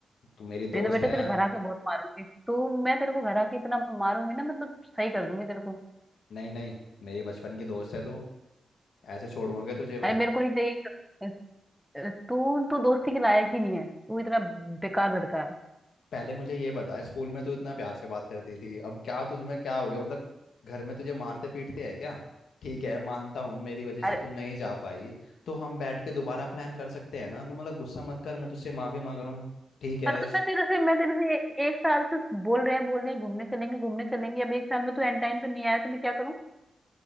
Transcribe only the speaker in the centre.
नहीं
तो बेटा
तेरे घर आके बहुत मारूंगी तू मैं तेरे को घर आके इतना मारूंगी ना मतलब सही कर दूंगी तेरे को
अरे मेरे को नहीं चाहिए तू तो दोस्ती के लायक ही नहीं है तू इतना बेकार लड़का
है
अरे तो
मैं तेरे से मैं तेरे से एक साल से बोल रहे हैं बोल रहे हैं घूमने चलेंगे घूमने चलेंगे अब एक साल में तू एंड टाइम पे नहीं आया तो मैं क्या करूं